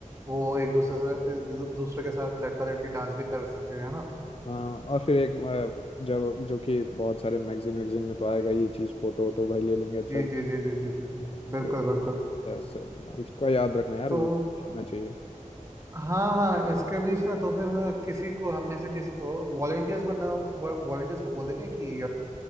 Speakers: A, on the right; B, on the left.
A: वो एक दूसरे से दू- दूसरे के साथ लड़का लड़की डांस भी कर सके है ना
B: हाँ और फिर एक अ, जब जो कि बहुत सारे मैगजीन वैगजीन में तो आएगा ये चीज़ फोटो वोटो भाई ले लेंगे अच्छा
A: जी जी जी जी जी जी जी बिल्कुल
B: तो
A: बिल्कुल
B: बस, उसका याद रखना यार
A: तो
B: वो रखना चाहिए
A: हाँ हाँ इसके बीच ना तो फिर हाँ किसी को हम में से किसी को वॉलंटियर्स बनना वॉलंटियर्स को बोलेंगे कि